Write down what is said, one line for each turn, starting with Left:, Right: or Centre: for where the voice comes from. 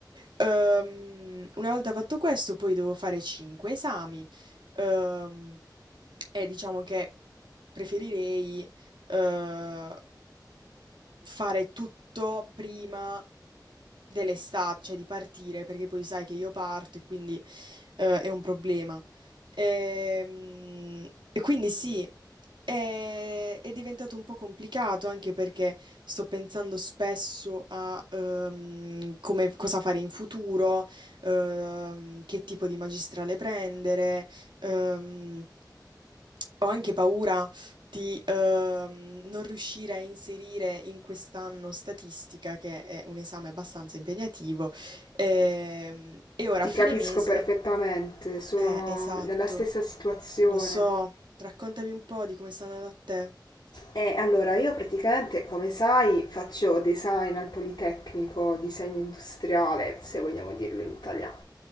Right: Ehm, una volta fatto questo, poi devo fare 5 esami. ehm, e diciamo che preferirei eh, fare tutto prima dell'estate, cioè di partire, perché poi sai che io parto e quindi eh, è un problema. Ehm, E, quindi sì, è, è diventato un po' complicato anche perché sto pensando spesso a ehm, come, cosa fare in futuro, ehm, che tipo di magistrale prendere. ehm, Ho anche paura di ehm, non riuscire a inserire in quest'anno statistica, che è un esame abbastanza impegnativo, ehm, e ora
Left: ti
Right: a fine
Left: capisco
Right: mese,
Left: perfettamente, sono
Right: eh, esatto,
Left: nella stessa situazione.
Right: lo so, raccontami un po' di come sta andando a te.
Left: E allora io praticamente, come sai, faccio design al Politecnico, disegno industriale, se vogliamo dirlo in italiano,